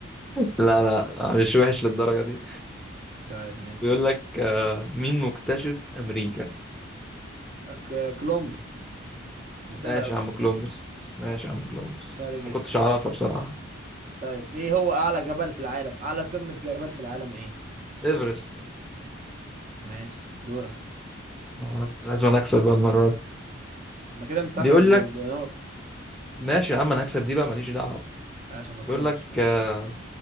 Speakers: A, in the centre; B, on the right (about 40°).
A: لا لا مش وحش للدرجة دي
B: طيب ماشي
A: بيقول لك آه مين مكتشف أمريكا
B: أك- كولومبوس ده
A: ماشي
B: سهلة أوي
A: يا عم كولومبوس ماشي يا عم كولومبوس
B: سهلة جدا
A: ما كنتش أعرفها بصراحة
B: طيب إيه هو أعلى جبل في العالم أعلى قمة جبل في العالم إيه
A: إيفرست
B: ماشي دورك
A: آه لازم أنا أكسب بقى المرة دي
B: أنا كده مسابقك
A: بيقول
B: ب-
A: لك
B: بنقطة
A: ماشي يا عم أنا هكسب دي بقى ماليش دعوة
B: عشان ما
A: بيقول
B: تخمش
A: لك
B: بس
A: آه،